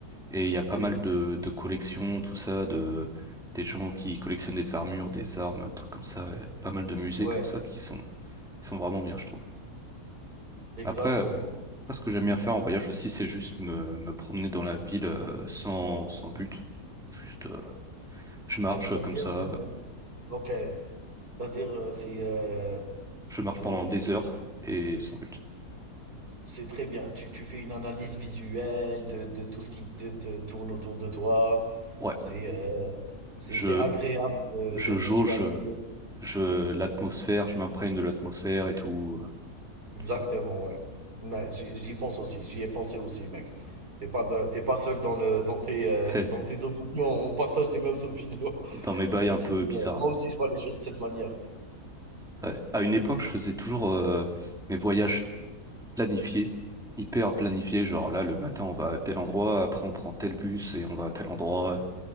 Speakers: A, in the centre; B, on the right.
A: et il y a pas
B: Oui,
A: mal de, de collections, tout ça, de, des gens qui collectionnent des armures, des armes, trucs comme ça. Il y a pas mal de musées
B: ouais,
A: comme ça qui sont, qui sont vraiment bien, je trouve.
B: exactement.
A: Après, euh, moi, ce que j'aime bien faire en voyage aussi, c'est juste me, me promener dans la ville euh, sans, sans but. Juste, euh, je marche
B: Tu aimes
A: comme
B: bien.
A: ça,
B: euh,
A: euh,
B: Ok. C'est-à-dire, euh, c'est. euh,
A: je marche
B: c'est
A: pendant des
B: c'est-
A: heures et sans but.
B: C'est très bien. Tu, tu fais une analyse visuelle de, de tout ce qui te, te tourne autour de toi.
A: Ouais,
B: C'est euh, c'est,
A: je,
B: c'est agréable de,
A: je
B: de visualiser.
A: jauge euh, je, l'atmosphère, je m'imprègne de l'atmosphère et tout, euh,
B: Exactement,
A: tout ça.
B: ouais. Ouais, j'y j'y pense aussi. J'y ai pensé aussi, mec. T'es pas, de- t'es pas seul dans, le, dans, tes, euh,
A: <laughs>
B: dans tes opinions. On partage les mêmes opinions.
A: Dans mes bails
B: <laughs> Donc,
A: un peu
B: euh, ouais,
A: bizarres.
B: moi aussi, je vois les choses de cette manière.
A: Ouais. À une époque, je faisais toujours euh, mes voyages planifié, hyper planifié, genre là le matin on va à tel endroit, après on prend tel bus et on va à tel endroit.